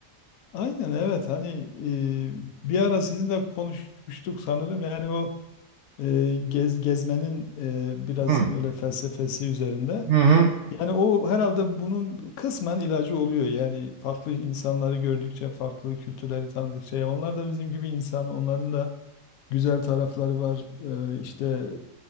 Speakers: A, on the left; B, on the right.
A: Aynen evet hani e, bir ara sizinle konuşmuştuk sanırım yani o e, gez, gezmenin e, biraz
B: Hı,
A: böyle felsefesi üzerinde.
B: hı, hı.
A: Yani o herhalde bunun kısmen ilacı oluyor. Yani farklı insanları gördükçe, farklı kültürleri tanıdıkça, ya onlar da bizim gibi insan, onların da güzel tarafları var. Ee, işte